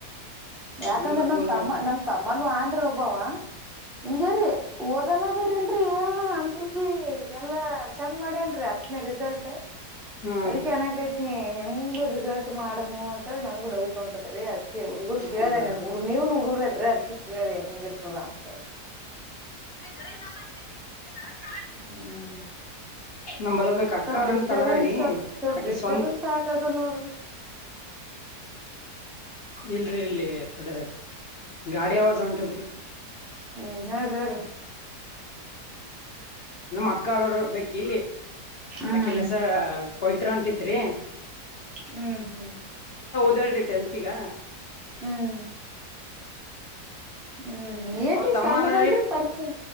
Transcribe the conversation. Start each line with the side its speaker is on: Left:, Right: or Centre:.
Centre: ಯಾಕಂದ್ರ
Left: ಹಂಗ್ ಬರ್ಕೊಂಡ್
Centre: ನಮ
Left: ಹೋಗ್ಬೇಕ್ರಿ
Centre: ತಮ್ಮ ನಮ ತಮ್ಮನುೂ ಆನ್ ಒಬ್ಬಾವ ಹಿಂಗರಿ ಓದಲ್ಲ ಬಿೀರಲ್ರರಿ ಏ ಅಂದ್ರ ಭ ಎಲ್ಲಾ ಚೆಂದ ಮಾಡೇನ್ರಿ ಹತ್ನೇ ರಿಸಲ್ಟ್
Left: ಹಾ
Centre: ಅದಕ್ಕೆನಕ್ಕೆ
Left: ರೀ
Centre: ನೀ ಹೆಂಗ ರಿಸಲ್ಟ್ ಮಾಡ್ನು ಅಂತೇಳಿ ನನಗು ಡೌಟ್ ಉಂಟತ್ ರೀ ಅದಕ್ಕೆ ಅವಗ ಕೇಳ್ದ್ರ
Left: ಹ್ಮ
Centre: ನಿಮ್ ನೀವ್ ಹುಗ್ರ ಅದಕ್ಕೆ ಇರದ್ ಹೆಂಗಿರ್ತದ ಅಂತ ಹೇಬಿಟ್ಟು
Left: <inaudible>
Centre: ಹ್ಮ್
Left: ನಮ್ಮಲಬೇಕ ಅಕ್ಕಾಳ
Centre: ಸಬ್ ಡಿಸ್ಟಬನ್ಸ್
Left: ಅಂತಳಾರಿ
Centre: ಸ ಸಬ್
Left: ಆಕಿ
Centre: ಡಿಸ್ಟಬನ್ಸ್
Left: ಸ್ವಂತ
Centre: ಆಗದ ನೋಡ್ರಿ
Left: ಇಲ್ರಿ ಇಲ್ಲಿ ಥೋಡೆ ಗಾಡಿ
Centre: ಹ್ಮ್
Left: ಆವಾಜ ಉಂಟದ್ರೀ
Centre: ಹ್ಮ್ ಹೇಳ್ರಿ ಹೇಳ್ರಿ
Left: ಅಕ್ಕಳರು ಬೇಕಿ
Centre: ಹ್ಮ್
Left: ಆಕೆ ನಸ ಪವಿತ್ರ ಅಂತಿತ್ತು ತತ್ರ್ರೇ
Centre: ಹ್ಮ್ ಹ್ಮ್
Left: ಇದಲ್ರೀ ಅಂತೀಗ
Centre: ಹ್ಮ್ ಹ್ಮ್ ಏಟಿ
Left: ಅವ್ರ ತಮ್ಮನ
Centre: ಸಣ್ಣದಲ್ರಿ
Left: ರೀ
Centre: ಪರ್ಸ